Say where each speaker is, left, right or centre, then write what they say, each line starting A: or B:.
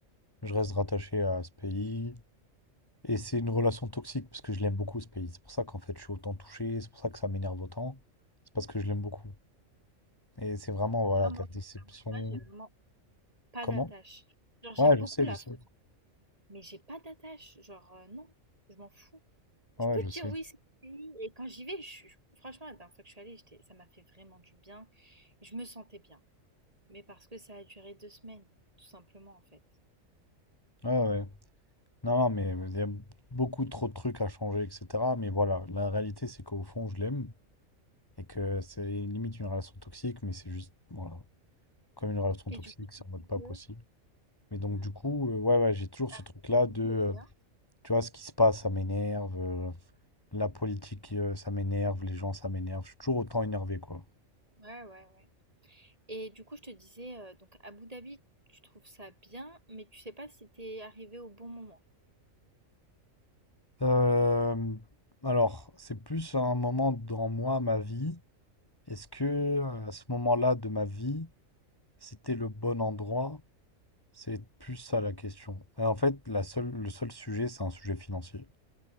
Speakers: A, on the left (about 20°); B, on the right (about 25°).
A: je reste rattaché à ce pays. Et c'est une relation toxique parce que je l'aime beaucoup, ce pays. C'est pour ça qu'en fait, je suis autant touché. C'est pour ça que ça m'énerve autant. C'est parce que je l'aime beaucoup. Et c'est vraiment,
B: Tu
A: voilà,
B: moi,
A: de la déception.
B: contrairement à toi, j'ai vraiment pas
A: Comment?
B: d'attache. Genre, j'aime
A: Ouais,
B: beaucoup
A: je sais,
B: la
A: je sais.
B: France, mais j'ai pas d'attache. Genre, euh, non, je m'en fous. Je
A: Ouais,
B: peux
A: je
B: te
A: sais.
B: dire oui, c'est mon pays. Et quand j'y vais, je- suis- je- franchement, la dernière fois que je suis allée, j'étais- ça m'a fait vraiment du bien. Et je me sentais bien. Mais parce que ça a duré deux semaines, tout simplement, en fait.
A: Ouais, ouais. Non, non, mais il y a beaucoup trop de trucs à changer, etc. Mais voilà, la réalité, c'est qu'au fond, je l'aime et que c'est limite une relation toxique, mais c'est juste, voilà, comme une relation
B: Et
A: toxique,
B: du coup, tu
A: c'est en mode
B: dis
A: pas
B: que
A: possible. Mais donc,
B: hmm,
A: du coup, euh, ouais, ouais, j'ai toujours
B: Abu
A: ce truc-là
B: Dhabi,
A: de, euh,
B: c'est bien.
A: tu vois, ce qui se passe, ça m'énerve, euh, la politique, euh, ça m'énerve, les gens, ça m'énerve. Je suis toujours autant énervé, quoi.
B: Ouais, ouais, ouais. Et du coup, je te disais, euh, donc Abu Dhabi, tu trouves ça bien, mais tu sais pas si t'es arrivé au bon moment.
A: Euh, alors, c'est plus un moment dans moi, ma vie. Est-ce que, euh, à ce moment-là de ma vie, c'était le bon endroit? C'est plus ça la question. Et en fait, la seule, le seul sujet, c'est un sujet financier.